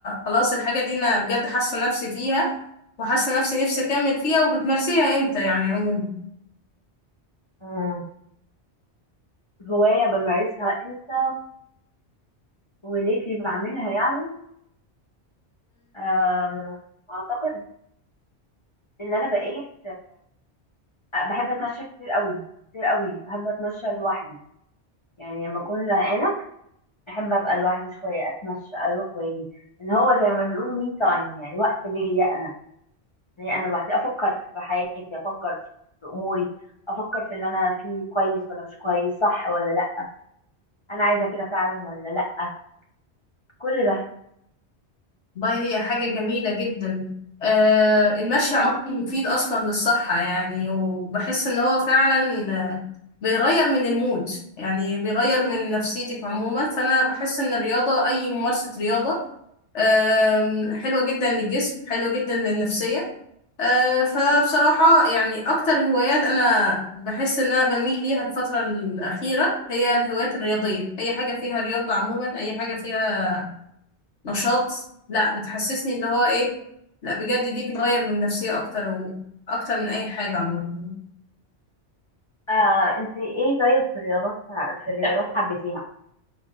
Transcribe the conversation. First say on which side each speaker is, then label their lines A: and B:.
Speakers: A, on the left; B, on the left.
A: خلاص الحاجة دي انا بجد حاسة نفسي فيها وحاسة نفسي نفسي اكمل فيها وبتمارسيها امتى يعني عموما
B: مم. هوايه بمارسها امتى وليه اللي بعملها يعني آم، اعتقد ان انا بقيت أه، بحب اتمشى كتير قوي كتير قوي بحب اتمشى لوحدي يعني لما اكون زهقانه احب ابقى لوحدي شويه اتمشى اروح واجي ان هو زي ما بيقولوا مي تايم يعني وقت ليا انا ليا انا لوحدي افكر في حياتي افكر في اموري افكر في اللي انا فيه كويس ولا مش كويس صح ولا لا انا عايزه كده فعلا ولا لا كل ده
A: والله هي حاجة جميلة جدا آه المشي
B: اه,
A: عموما مفيد أصلا للصحة يعني وبحس إن هو فعلا آه، بيغير من المود يعني بيغير من نفسيتك عموما فأنا بحس إن الرياضة أي ممارسة رياضة آم، حلوة جدا للجسم حلوة جدا للنفسية آه، فبصراحة يعني أكتر هوايات أنا بحس إن أنا بميل ليها الفترة الأخيرة هي الهوايات الرياضية أي حاجة فيها رياضة عموما أي حاجة فيها نشاط لا بتحسسني اللي هو ايه لا بجد دي بتغير من النفسية اكتر و... اكتر من اي حاجة عموما
B: آه. انت ايه طيب في الرياضات في الرياضات حبيتيها